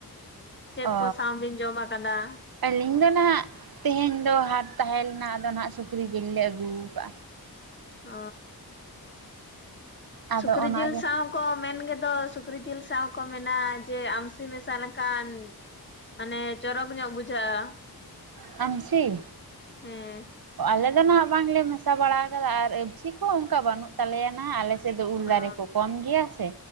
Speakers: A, on the left; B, on the right.
A: ᱪᱮᱫ
B: ᱚ
A: ᱠᱚ ᱥᱟᱶ ᱵᱤᱱ ᱡᱚᱢ ᱠᱟᱫᱟ?
B: ᱟᱹᱞᱤᱧ ᱫᱚ ᱱᱟᱦᱟᱸᱜ ᱛᱮᱦᱮᱧ ᱫᱚ ᱦᱟᱴ ᱛᱟᱦᱮᱸ ᱞᱮᱱᱟ ᱟᱫᱚ ᱱᱟᱦᱟᱸᱜ ᱥᱩᱠᱨᱤ ᱡᱤᱞ ᱞᱮ ᱟᱹᱜᱩ ᱠᱟᱜᱼᱟ᱾
A: ᱚᱻ
B: ᱟᱫᱚ
A: ᱥᱩᱠᱨᱤ
B: ᱚᱱᱟᱜᱮ
A: ᱡᱤᱞ ᱥᱟᱶ ᱠᱚ ᱢᱮᱱ ᱜᱮᱫᱚ ᱥᱩᱠᱨᱤ ᱡᱤᱞ ᱥᱟᱶ ᱠᱚ ᱢᱮᱱᱟ ᱡᱮ ᱟᱢᱥᱤ ᱢᱮᱥᱟ ᱞᱮᱱᱠᱷᱟᱱ ᱦᱟᱱᱮ ᱪᱚᱨᱚᱠ ᱧᱚᱜ ᱵᱩᱡᱷᱟᱹᱜᱼᱟ?
B: ᱟᱢᱥᱤ?
A: ᱦᱮᱸ
B: ᱟᱞᱮ ᱫᱚ ᱱᱟᱦᱟᱸᱜ ᱵᱟᱝᱞᱮ ᱢᱮᱥᱟ ᱵᱟᱲᱟ ᱠᱟᱫᱟ ᱟᱨ ᱟᱢᱥᱤ ᱠᱚᱦᱚᱸ ᱚᱝᱠᱟ ᱵᱟᱹᱱᱩᱜ ᱛᱟᱞᱮᱭᱟ ᱱᱟᱦᱟᱸᱜ, ᱟᱞᱮ ᱥᱮᱫ ᱫᱚ ᱩᱞ ᱫᱟᱨᱮ
A: ᱚ
B: ᱠᱚ ᱠᱚᱢ ᱜᱮᱭᱟ ᱥᱮ